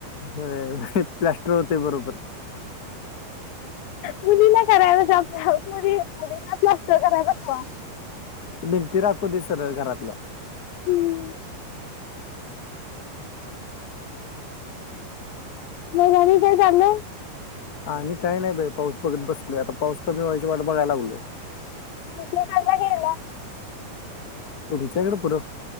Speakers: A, on the left; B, on the left.
A: होय होय प्लास्टर होते बरोबर.
B: मुलीला करायला जामता मुली मुलीला प्लास्टर करायला जावा
A: भिंती राखू दे सरळ घरातल्या.
B: हम्म. मग आणि काय चाललय
A: आणि काय नाही बाई पाऊस बघत बसलोय आता पाऊस कमी व्हायची वाट बघायला लागलोय.
B: <inaudible>
A: तुमच्याकडें पुरं.